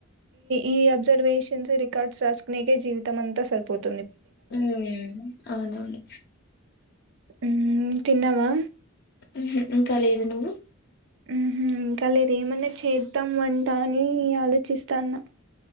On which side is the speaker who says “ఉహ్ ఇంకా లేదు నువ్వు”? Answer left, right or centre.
Left